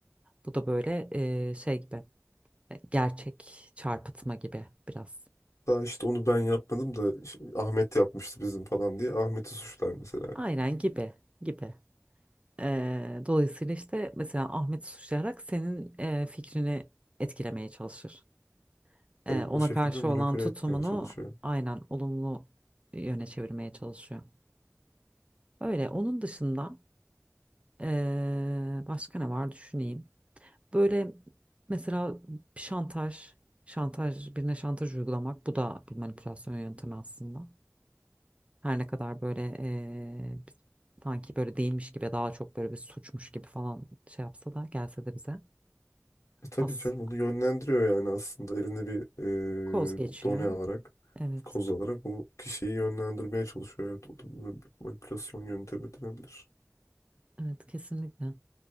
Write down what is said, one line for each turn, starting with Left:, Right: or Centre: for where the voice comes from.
Right: Bu da böyle eee, şey gibi e, gerçek çarpıtma gibi biraz.
Left: Daha işte onu ben yapmadım da işte Ahmet yapmıştı bizim falan diye. Ahmet'i suçlar mesela.
Right: Aynen gibi gibi. Eee, dolayısıyla işte mesela Ahmet suçlayarak senin eee, fikrini etkilemeye çalışır. Eee,
Left: Evet,
Right: ona
Left: o şekilde
Right: karşı
Left: manipüle
Right: olan tutumunu
Left: etmeye çalışıyor.
Right: aynen olumlu yöne çevirmeye çalışıyor. Öyle onun dışında eee, başka ne var düşüneyim. Böyle mesela şantaj, şantaj birine şantaj uygulamak bu da bir manipülasyon yöntemi aslında. Her ne kadar böyle eee, sanki böyle değilmiş gibi daha çok böyle bir suçmuş gibi falan şey yapsa da gelse de bize
Left: E tabii
Right: az
Left: canım bunu yönlendiriyor yani aslında eline bir
Right: koz geçiyor.
Left: e, done alarak,
Right: Evet,
Left: koz alarak bu kişiyi yönlendirmeye çalışıyor. Evet, o da ma- manipülasyon yöntemi denebilir.
Right: evet kesinlikle.